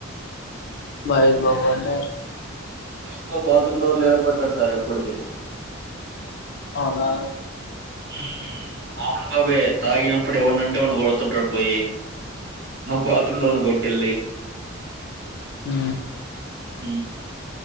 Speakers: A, on the left; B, on the right.
A: మహేష్ బాబు అన్నా.
B: మహేష్ బాబు బాత్రూమ్ డోర్లు ఇరకొట్టడు సార్ ఎప్పుడికి.
A: అవునా
B: ఊ మోహన్ బాబే తాగినప్పుడు ఎవన్నంటే వాన్ని కొడుతుంటాడు పొయ్యి నువ్వు బాత్ రూమ్. లోన్ ని కొట్టెల్లి.
A: ఊ
B: ఊ